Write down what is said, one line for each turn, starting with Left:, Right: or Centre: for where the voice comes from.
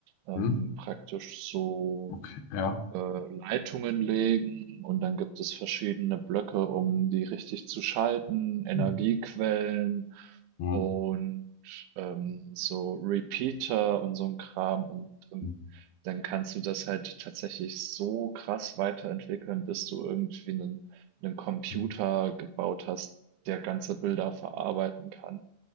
Right: ähm,
Left: hm,
Right: praktisch so
Left: okay, ja.
Right: äh, Leitungen legen und dann gibt es verschiedene Blöcke, um die richtig zu schalten, Energiequellen
Left: Hm, hm,
Right: und ähm, so Repeater und so ein Kram und ähm,
Left: hm.
Right: dann kannst du das halt tatsächlich so krass weiterentwickeln, bis du irgendwie einen, einen Computer
Left: hm.
Right: gebaut hast, der ganze Bilder verarbeiten kann.